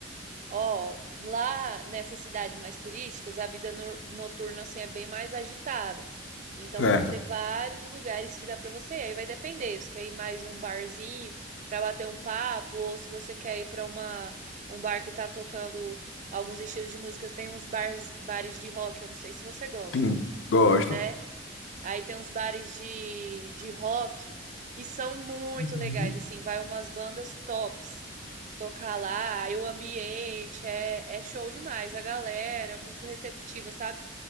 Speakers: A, on the right; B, on the left.
A: Ó, lá nessas cidades mais turísticas, a vida no- noturna assim é bem mais agitada. Então
B: Certo.
A: vão ter vários lugares que dá pra você. Aí vai depender, se quer ir mais um barzinho pra bater um papo ou se você quer ir pra uma um bar que tá tocando alguns estilos de música, tem uns bars, bares de rock, eu não sei se você gosta,
B: Hum, gosto.
A: né? Aí tem uns bares de, de rock que são muito
B: Uhum.
A: legais, assim, vai umas bandas tops tocar lá, aí o ambiente é, é show demais, a galera é muito receptiva, sabe?